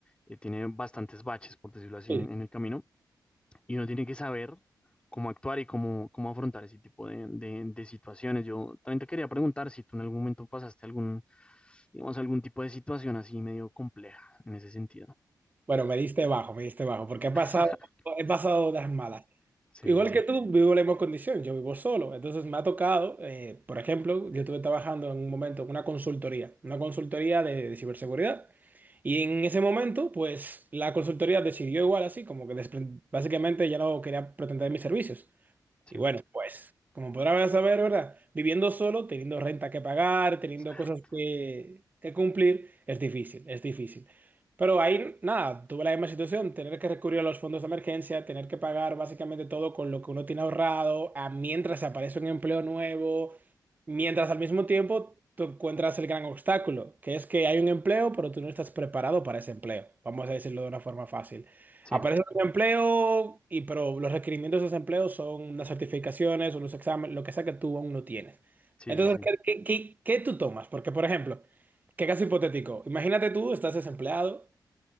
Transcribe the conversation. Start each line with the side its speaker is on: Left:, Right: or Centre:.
Left: eh, tiene bastantes baches, por decirlo así,
Right: sí.
Left: en en el camino y uno tiene que saber cómo actuar y cómo, cómo afrontar ese tipo de, de- de situaciones. Yo también te quería preguntar si tú en algún momento pasaste algún, digamos, algún tipo de situación así medio compleja en ese sentido.
Right: Bueno, me diste bajo, me diste bajo, porque he pasado,
Left: <laughs>
Right: he pasado las malas.
Left: Sí,
Right: Igual
Left: sí, sí,
Right: que tú, vivo la misma condición, yo vivo solo. Entonces me ha tocado, eh, por ejemplo, yo estuve trabajando en un momento en una consultoría, una consultoría de, de ciberseguridad. Y en ese momento, pues la consultoría decidió igual así, como que despre- básicamente ya no quería pretender mis servicios.
Left: sí,
Right: Y bueno, pues, como podrás saber, ¿verdad? Viviendo solo, teniendo renta que pagar, teniendo
Left: exacto.
Right: cosas que, que cumplir, es difícil, es difícil. Pero ahí, nada, tuve la misma situación, tener que recurrir a los fondos de emergencia, tener que pagar básicamente todo con lo que uno tiene ahorrado, a mientras aparece un empleo nuevo, mientras al mismo tiempo tú encuentras el gran obstáculo, que es que hay un empleo, pero tú no estás preparado para ese empleo, vamos a decirlo de una forma fácil.
Left: Sí,
Right: Aparece el desempleo, y, pero los requerimientos de desempleo son las certificaciones o los exámenes, lo que sea que tú aún no tienes.
Left: sí,
Right: Entonces,
Left: sí, sí,
Right: ¿qué, qué, qué- qué tú tomas? Porque, por ejemplo, qué caso hipotético. Imagínate tú, estás desempleado,